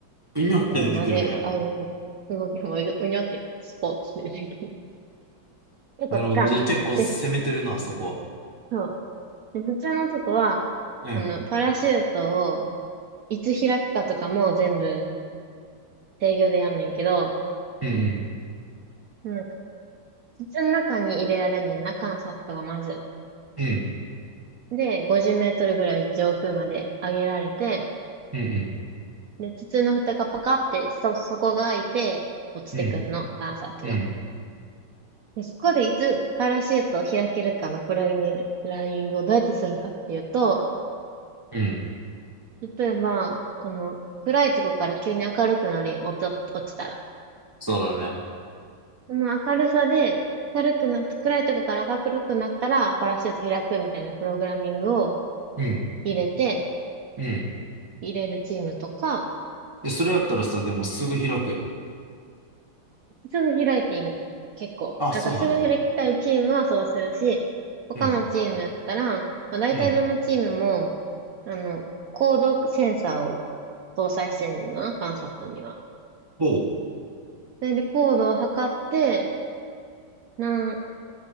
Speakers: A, on the right; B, on the right.
A: うにょって出てくるんや。
B: ゴールまで、あ、動きもううにょって、スポーツでできる。<laughs> よかった。
A: なるほど。じゃあ結構攻めてるな、
B: で、
A: そこは。
B: そう。で普通のとこは、
A: うん。
B: あの、パラシュートをいつ開くかとかも全部制御でやんねんけど、
A: うん
B: なんか、筒の中に入れられんねんな、缶サットがまず。
A: うん。うん。
B: で、50メートルぐらい上空まで上げられて、
A: うん
B: で、筒の蓋がパカってそ、底が開いて落ちてくんの、
A: うん。
B: 缶サットが。
A: うん。
B: で、そこでいつパラシュートを開けるかのプログラミライングをどうやってするかっていうと、
A: うん。
B: 例えば、この暗いとこから急に明るくなるやん、落ち、落ちたら。
A: そうだね。
B: その明るさで、明るくなっ暗いとこから明るくなったら、パラシュート開くみたいなプログラミングを
A: うん。
B: 入れて、
A: うん。
B: 入れるチームとか、
A: で、それやったらさ、でもすぐ開くよ。
B: すぐ開いていいの。結構。
A: あ、
B: だからすぐ開きたいチームはそうするし、
A: そうなんだ。
B: 他のチームやったら、
A: うん。
B: まあ、大体どのチームも、
A: うん。
B: あの、コードセンサーを搭載してんねんな、カンサットには。
A: おう
B: それでコードを測って、何、